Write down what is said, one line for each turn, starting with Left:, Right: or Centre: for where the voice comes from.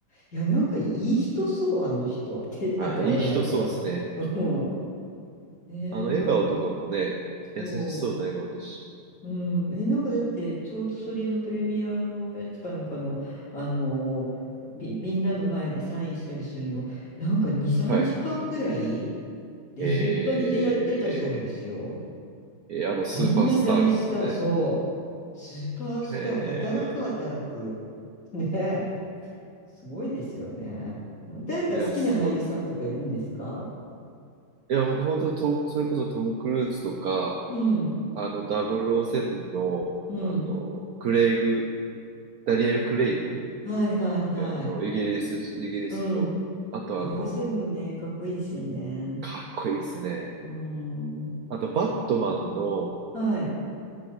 Left: えいや、なんかいい人そう、あの人。<laughs> って、会ったことないけど。
Right: あー、いい人そうですね。
Left: <laughs> うん。ねえなんか
Right: あの、笑顔とかもね、
Left: そ
Right: 優しそうな笑顔ですし。
Left: う。うん。え、なんかだって、ちょうどそれのプレミアのやつかなんかの、あのーみ、みんなの前でサインしたりするの、なんか2、3時間ぐらい
Right: はい。
Left: 出ずっぱりでやってたそうですよ。
Right: えー、えーあの、スーパースターなんですよね。
Left: あんな大スター、そう。スーパースター、
Right: へえ。
Left: 働く働く。<laughs> ねえ。すごいですよね。誰か好きな俳優さんとかいるんですか
Right: <laughs> いや、すごい。いや、僕本当にと、それこそトム・クルーズとか、
Left: うん。
Right: あの、007の、
Left: うん。
Right: あの、クレイグ、ダニエル・クレイグ
Left: はいはいはい。
Right: いや、あの、イギリス人、イギリスの、
Left: うん。
Right: あとあの、
Left: ダブルセブンもね、かっこいいですよね。
Right: かっこいいですね。
Left: うーん。
Right: あと、バットマンの、
Left: はい。